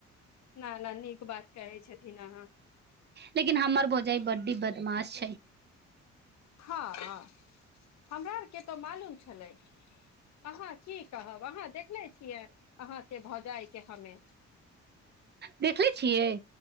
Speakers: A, on the left (about 65°); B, on the right (about 35°).
A: न न नीक बात कहै छथिन अहाँ।
B: लेकिन हमर भौजाइ बड्डी बदमाश छै।
A: हँ हँ हमरा आरके तऽ मालूम छलै। आहाँ की? कहब आहाँ देख ने छियै अहाँ के भौजाइ के हमे
B: देखले छियै